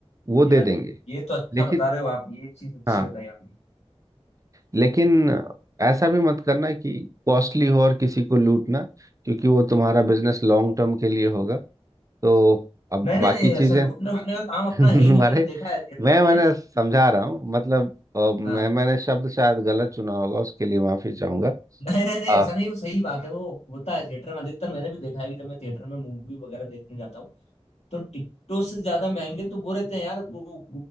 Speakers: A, on the right; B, on the left.
A: वो दे
B: यार
A: देंगे
B: ये तो अच्छा
A: लेकिन
B: बता रहे हो आप ये चीज अच्छी
A: हाँ
B: बताई आपने
A: लेकिन ऐसा भी मत करना कि कॉस्टली हो और किसी को लूटना क्योंकि वो तुम्हारा बिजनेस लॉन्ग टर्म के लिए होगा तो अब
B: नहीं नहीं
A: बाकी
B: नहीं
A: चीजें
B: ऐसा लूटने
A: <laughs>
B: हाँ उटने का काम अपना
A: तुम्हारे
B: है ही नहीं मैंने देखा है थिएटर
A: मैं
B: में
A: मैंने
B: ये।
A: समझा रहा हूँ मतलब अ, मैं
B: हाँ
A: मैंने शब्द शायद गलत चुना होगा उसके लिए माफी चाहूंगा
B: नहीं नहीं नहीं
A: आ,
B: ऐसा नहीं वो सही बात है वो होता है थिएटर में अधिकतर मैंने भी देखा है कि जब मैं थिएटर में मूवी वगैरह देखने जाता हूँ तो टिकटों से ज्यादा महंगे तो वो रहते हैं यार वो